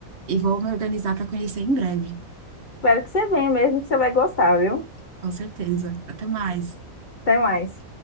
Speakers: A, on the right; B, on the left.
A: E vou me organizar para conhecer em breve.
B: Espero que você venha mesmo, que você vai gostar, viu?
A: Com certeza. Até mais.
B: Até mais.